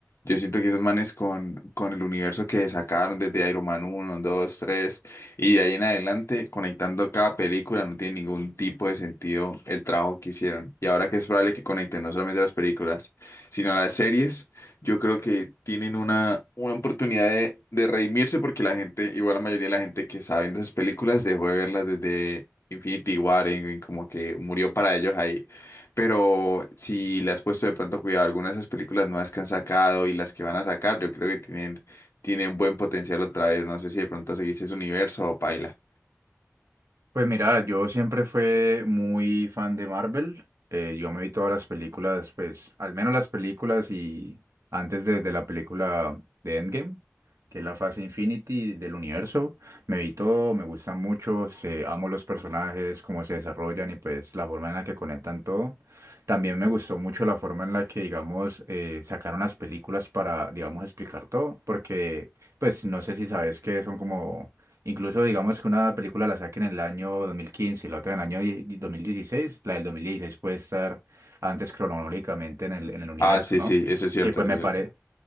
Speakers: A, on the left; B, on the right.
A: Yo siento que esos manes con, con el universo que sacaron desde Iron Man uno, dos, tres. Y de ahí en adelante, conectando cada película, no tiene ningún tipo de sentido el trabajo que hicieron. Y ahora que es probable que conecten no solamente las películas, sino las series, yo creo que tienen una, una oportunidad de, de redimirse porque la gente, igual la mayoría de la gente que está viendo esas películas, dejó de verlas desde Infinity War, en- en como que murió para ellos ahí. Pero si le has puesto de pronto cuidado a algunas de esas películas nuevas que han sacado y las que van a sacar, yo creo que tienen tiene un buen potencial otra vez. No sé si de pronto seguís ese universo o paila.
B: Pues mira, yo siempre fui muy fan de Marvel. eh, yo me vi todas las películas, pues, al menos las películas y antes de, de la película de Endgame, que es la fase Infinity del universo. Me vi todo, me gustan mucho, se- amo los personajes, cómo se desarrollan y pues la forma en la que conectan todo. También me gustó mucho la forma en la que, digamos, eh, sacaron las películas para, digamos, explicar todo, porque, pues, no sé si sabes que son como Incluso digamos que una película la saquen en el año 2015 y la otra en el año die- 2016, la del 2016 puede estar antes cronológicamente en el, en el universo,
A: Ah, sí,
B: ¿no?
A: sí, eso es cierto,
B: Y pues
A: eso
B: me
A: es cierto.
B: parece...